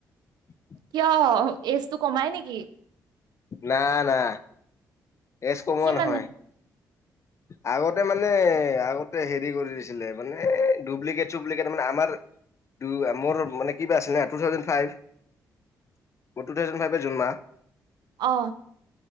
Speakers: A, on the left; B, on the right.
A: <unintelligible>
B: কিয় এইজটো কমাই নেকি
A: না না এজ কমোৱা
B: কি মানে
A: নহয় আগতে মানে আগতে হেৰি কৰি দিছিলে মানে ডুপ্লিকেট চুপ্লিকেট মানে আমাৰ <unintelligible> মোৰ মানে কিবা আছিল না টু থাউজেন ফাইভ <unintelligible> মোৰ টু থাউজেণ্ড ফাইভে জুন মাহ <unintelligible>
B: অ